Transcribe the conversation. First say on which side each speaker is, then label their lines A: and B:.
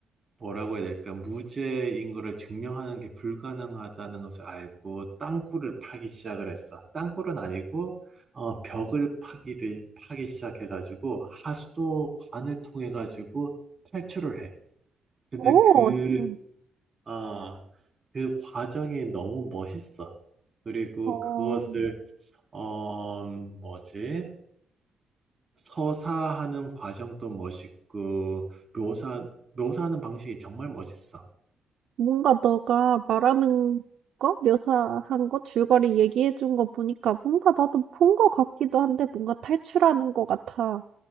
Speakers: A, on the right; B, on the right.
A: 뭐라고 해야 될까? 무죄인 거를 증명하는 게 불가능하다는 것을 알고 땅굴을 파기 시작을 했어. 땅굴은 아니고 어, 벽을 파기를 파기 시작해가지고 하수도관을 통해 가지고 탈출을 해. 근데
B: 오,
A: 그
B: 참.
A: 아, 그 과정이 너무 멋있어. 그리고
B: 어,
A: 그것을, 어, 뭐지? 서사하는 과정도 멋있고, 묘사, 묘사하는 방식이 정말 멋있어.
B: 뭔가 너가 말하는 거, 묘사한 거, 줄거리 얘기해 준 거 보니까 뭔가 나도 본 거 같기도 한데 뭔가 탈출하는 거 같아.